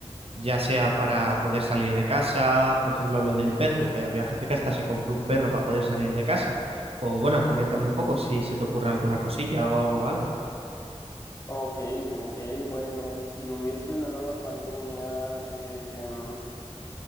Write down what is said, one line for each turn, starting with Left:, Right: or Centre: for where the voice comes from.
Right: ya sea para poder salir de casa, por ejemplo, lo del perro, que había gente que hasta se compró un perro para poder salir de casa. O bueno, coméntame un poco si se te ocurre alguna cosilla o algo. algo.
Left: Ok, ok, bueno, si hubiese una nueva pandemia, em,